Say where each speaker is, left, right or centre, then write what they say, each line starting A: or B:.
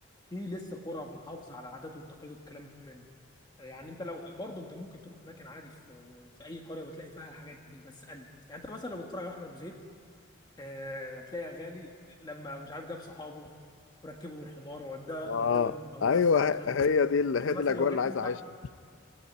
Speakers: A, on the left (about 20°); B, on the left (about 75°).
A: في لسه قرى محافظه على عاداته والتقاليد والكلام منه يعني انت لو برضه انت ممكن تروح اماكن عادي في في اي قريه وتلاقي فيها الحاجات دي بس قلت يعني انت مثلا لو بتتفرج على احمد ابو زيد آه، هتلاقي غالي لما مش عارف جاب صحابه وركبهم الحمار ووداه
B: اه
A: وداهم دوار
B: ايوه
A: خيال وكلام
B: ه- هي
A: من ده
B: دي ال- هي
A: انا مثلا
B: دي الاجواء
A: لو جيت
B: اللي عايز
A: انت
B: اعيشها